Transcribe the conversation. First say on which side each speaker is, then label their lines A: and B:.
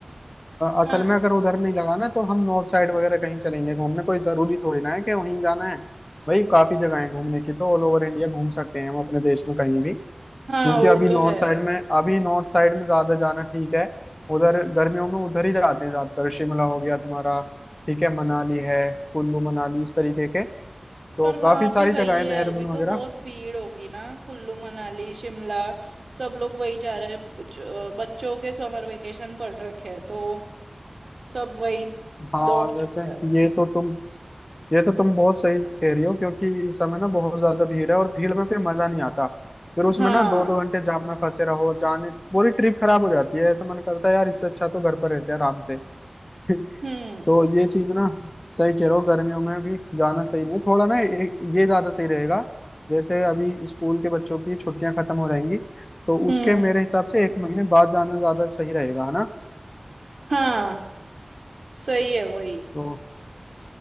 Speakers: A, on the left; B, on the right.
A: असल
B: हाँ
A: में अगर उधर नहीं लगा ना तो हम नॉर्थ साइड वगैरह कहीं चलेंगे घूमने कोई जरूरी थोड़ी ना है कि वहीं जाना है भाई काफी जगह है घूमने की तो ऑल ओवर इंडिया घूम सकते हैं हम अपने देश में कहीं भी क्योंकि
B: हाँ वो
A: अभी
B: तो
A: नॉर्थ
B: है
A: साइड में अभी नॉर्थ साइड में ज्यादा जाना ठीक है उधर गर्मियों में उधर ही जाते हैं ज्यादातर शिमला हो गया तुम्हारा ठीक है मनाली है कुल्लू मनाली इस तरीके के तो
B: पर वहां
A: काफी सारी
B: भी वही
A: जगह है
B: है
A: देहरादून
B: अभी तो
A: वगैरह
B: बहुत भीड़ होगी ना कुल्लू मनाली शिमला सब लोग वही जा रहे हैं बच- अ, बच्चों के समर वेकेशन पड़ रखे हैं तो सब वही
A: हाँ
B: दौड़ चले
A: वैसे
B: हैं
A: ये तो तुम ये तो तुम बहुत सही कह रही हो क्योंकि इस समय ना बहुत ज्यादा भीड़ है और भीड़ में फिर मजा नहीं आता फिर उसमें
B: हाँ
A: ना दो दो घंटे जाम में फंसे रहो जाने पूरी ट्रिप खराब हो जाती है ऐसा मन करता है यार इससे अच्छा तो घर पर रहते हैं आराम से <laughs>
B: हम्म
A: तो ये चीज ना सही कह रहे हो गर्मियों में भी जाना सही नहीं है थोड़ा ना ए- ये ज्यादा सही रहेगा जैसे अभी स्कूल के बच्चों की छुट्टियां खत्म हो रहेंगी तो
B: हम्म
A: उसके मेरे हिसाब से एक महीने बाद जाना ज्यादा सही रहेगा है ना
B: हाँ सही है वही
A: तो